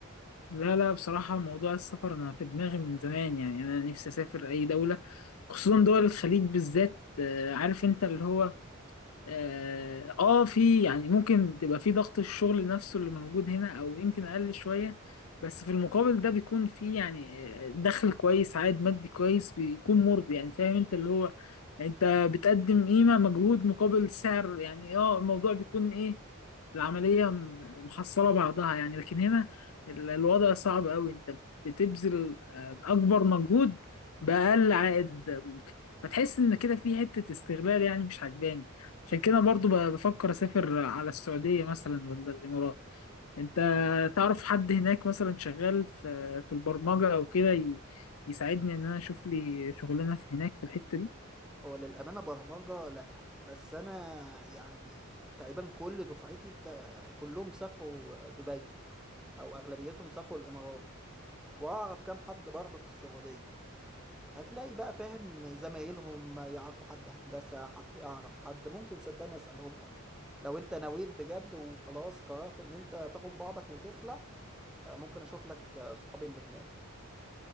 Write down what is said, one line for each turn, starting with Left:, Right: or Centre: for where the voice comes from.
Left: لا لا بصراحة موضوع السفر أنا في دماغي من زمان يعني أنا نفسي أسافر أي دولة خصوصا دول الخليج بالذات آه، عارف أنت اللي هو اه آه، في يعني ممكن تبقى في ضغط الشغل نفسه اللي موجود هنا او يمكن اقل شوية بس في المقابل ده بيكون في يعني آه، دخل كويس عائد مادي كويس بيكون مرضي يعني فاهم انت اللي هو انت بتقدم قيمة مجهود مقابل سعر يعني اه الموضوع بيكون ايه العملية م- محصلة بعضها يعني لكن هنا ال- الوضع صعب قوي انت بتبذل آه، اكبر مجهود بأقل عائد ممكن فتحس ان كده في حتة استغلال يعني مش عجباني عشان كده برضو ب- بفكر اسافر على السعودية مثلا ولا الامارات انت تعرف حد هناك مثلا شغال في في البرمجة او كده ي- يساعدني ان انا اشوف لي شغلانة في هناك في الحتة دي
Centre: هو للأمانة برمجة لأ بس أنا يعني تقريبا كل دفعتي تا- كلهم سافروا دبي أو أغلبيتهم سافروا الإمارات وأعرف كام حد برضه في السعودية هتلاقي بقى فاهم زمايلهم يعرفوا حد هندسة حد يعرف حد ممكن صدقني أسألهم لك لو أنت نويت بجد وخلاص قررت إن أنت تاخد بعضك وتخلع ممكن أشوف لك صحابي اللي هناك